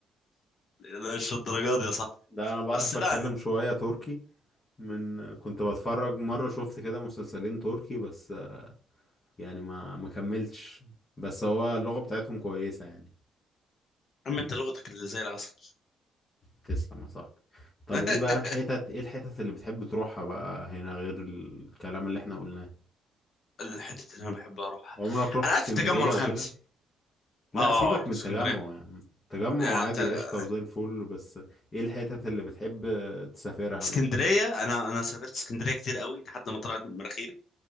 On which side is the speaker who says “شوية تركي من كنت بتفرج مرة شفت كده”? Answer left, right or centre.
Left